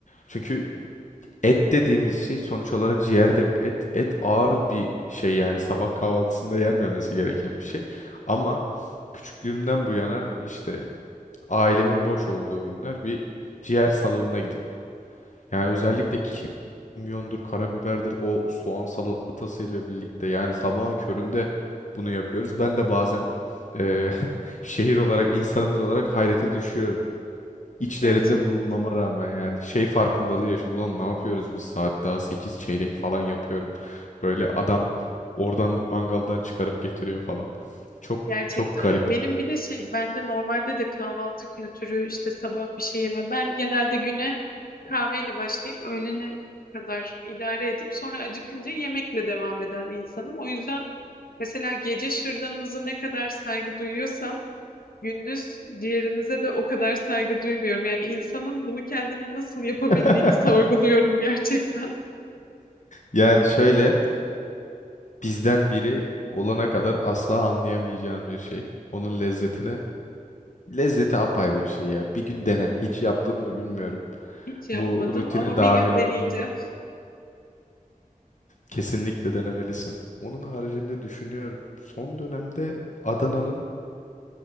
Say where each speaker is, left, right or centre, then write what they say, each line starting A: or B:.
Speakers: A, on the left (about 55°); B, on the left (about 85°).
A: Çünkü et dediğimiz şey sonuç olarak ciğer de bir et. Et ağır bir şey yani sabah kahvaltısında yenmemesi gereken bir şey. Ama küçüklüğümden bu yana işte ailemin boş olduğu günler bir ciğer salonuna gidip Yani özellikle kimyondur, karabiberdir, o soğan salatasıyla birlikte yani sabahın köründe bunu yapıyoruz. Ben de bazen eee, <laughs> şehir olarak, insanımız olarak hayrete düşüyorum. İçlerinde
B: Gerçekten.
A: bulunmama rağmen yani şey farkındalığı yaşıyorum. Ulan ne yapıyoruz biz saat daha 8 çeyrek falan yapıyorum. Böyle adam oradan mangaldan çıkarıp getiriyor falan. Çok
B: Gerçekten
A: çok garip.
B: ya. Benim bir de şey bende normalde de kahvaltı kültürü işte sabah bir şey yeme. Ben genelde güne kahveyle başlayıp öğlene kadar idare edip sonra acıkınca yemekle devam eden insanım. O yüzden mesela gece şırdanınızı ne kadar saygı duyuyorsam gündüz diğerinize de o kadar saygı duymuyorum. Yani insanın bunu kendine nasıl yapabildiğini
A: <laughs>
B: sorguluyorum gerçekten.
A: Yani şöyle bizden biri olana kadar asla anlayamayacağın bir şey. Onun lezzetini Lezzeti apayrı bir şey ya. Bir gün dene. Hiç yaptın mı bilmiyorum.
B: Hiç yapmadım
A: Bu rutine
B: ama
A: dahil
B: bir gün deneyeceğim.
A: oldun mu? Kesinlikle denemelisin. Onun haricinde düşünüyorum. Son dönemde Adana'nın